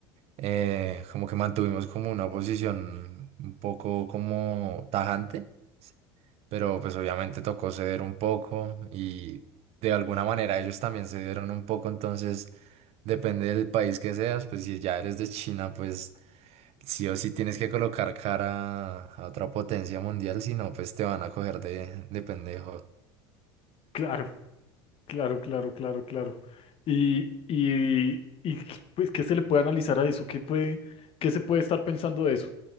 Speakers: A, on the right (about 50°); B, on the left (about 45°).
A: eh, como que mantuvimos como una posición un poco como tajante, pero pues obviamente tocó ceder un poco y de alguna manera ellos también cedieron un poco, entonces... Depende del país que seas, pues si ya eres de China, pues sí o sí tienes que colocar cara a otra potencia mundial, si no, pues te van a coger de, de pendejo.
B: Claro. Claro, claro, claro, claro. Y, y, y pues, ¿qué se le puede analizar a eso? ¿Qué puede, qué se puede estar pensando de eso?